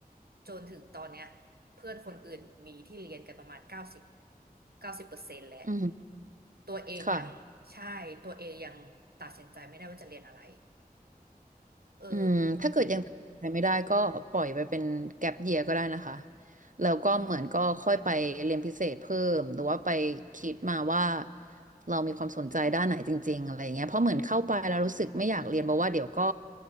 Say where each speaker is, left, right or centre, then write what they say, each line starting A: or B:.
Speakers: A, on the right; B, on the right.
A: จนถึงตอนเนี้ยเพื่อนคนอื่นมีที่เรียนกันประมาณเก้าสิบเก้าสิบเปอร์เซ็นต์แหละ
B: อืม
A: ตัวเองยังใช่ตัวเองยังตัดสินใจไม่ได้ว่าจะเรียนอะไร
B: ค่ะ
A: เออ
B: อืมถ้าเกิดยังตัดสินใจไม่ได้ก็ปล่อยไปเป็นแก็ปเยียก็ได้นะคะแล้วก็เหมือนก็ค่อยไปเรียนพิเศษเพิ่มหรือว่าไปคิดมาว่าเรามีความสนใจด้านไหนจริงๆอะไรเงี้ยเพราะเหมือนเข้าไปแล้วรู้สึกไม่อยากเรียนเพราะว่าเดี๋ยวก็